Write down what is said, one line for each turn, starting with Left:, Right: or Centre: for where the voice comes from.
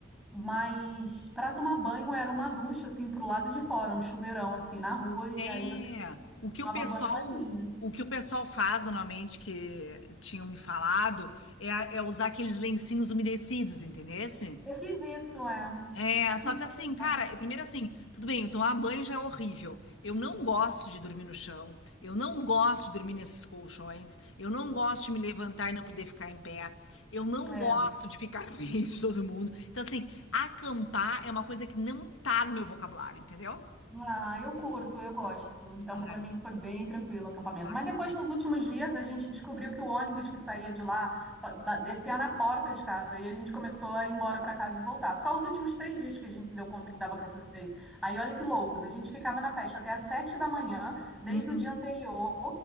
Centre: Mas para tomar banho era uma ducha assim pro lado de fora, um chuveirão assim na rua e
Left: É,
Centre: aí você
Left: o que
Centre: tomava
Left: o pessoal,
Centre: banho ali, né?
Left: o que o pessoal faz normalmente que tinham me falado é, a- é usar aqueles lencinhos umedecidos, entendesse?
Centre: Eu fiz isso, é.
Left: É,
Centre: Eu fiz
Left: só
Centre: isso,
Left: que assim, cara,
Centre: mas...
Left: eu- primeiro assim, tudo bem, eu tomar banho já é horrível. Eu não gosto de dormir no chão, eu não gosto de dormir nesses colchões, eu não gosto de me levantar e não poder ficar em pé, eu não
Centre: É.
Left: gosto de ficar <laughs> em frente de todo mundo. Então, assim, acampar é uma coisa que não tá no meu vocabulário, entendeu?
Centre: Ah, eu curto, eu gosto. Então,
Left: Ai,
Centre: para mim
Left: não.
Centre: foi bem tranquilo o acampamento.
Left: Ai,
Centre: Mas depois,
Left: tá
Centre: nos últimos dias, a gente descobriu que o ônibus que saía de lá pa- ba- descia na porta de casa e a gente começou a ir embora para casa e voltar. Só os últimos três dias que a gente se deu conta que dava para fazer isso. Aí, olha que loucos, a gente ficava na festa até às sete da manhã, desde
Left: bem.
Centre: o dia anterior.